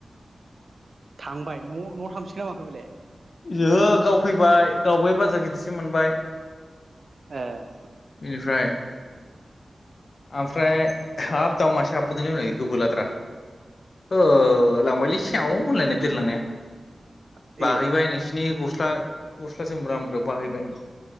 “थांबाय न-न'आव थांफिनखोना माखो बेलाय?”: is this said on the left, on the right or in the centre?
Right